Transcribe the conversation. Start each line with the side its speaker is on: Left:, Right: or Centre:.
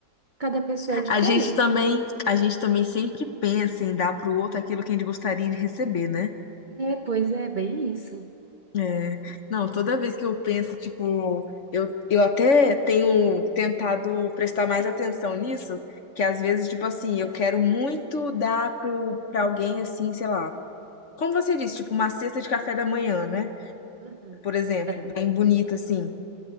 Right: cada pessoa é diferente.
Left: A gente também, a gente também sempre pensa em dar pro outro aquilo que a gente gostaria de receber, né?
Right: É, pois é, bem isso.
Left: É, não, toda vez que eu penso, tipo, eu, eu até tenho tentado prestar mais atenção nisso, que às vezes, tipo assim, eu quero muito dar pro, pra alguém, assim, sei lá, como você disse, tipo, uma cesta de café da manhã, né?
Right: Uhum.
Left: Por exemplo,
Right: É.
Left: bem bonita, assim.